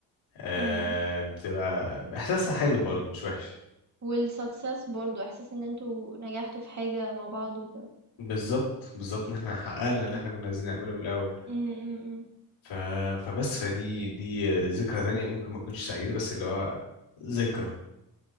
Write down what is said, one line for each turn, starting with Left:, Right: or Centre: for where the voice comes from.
Left: آه
Right: امم
Left: بتبقى إحساسها حلو برضو مش وحش
Right: والسكسس برضو احساس ان انتوا نجحتوا في حاجة مع بعض وكده
Left: بالظبط بالظبط إن إحنا حققنا
Right: امم
Left: اللي إحنا كنا عايزين نعمله من الأول
Right: امم امم، امم.
Left: ف... فبس فدي دي ذكرى تانية ممكن ما تكونش سعيدة بس اللي هو ذكرى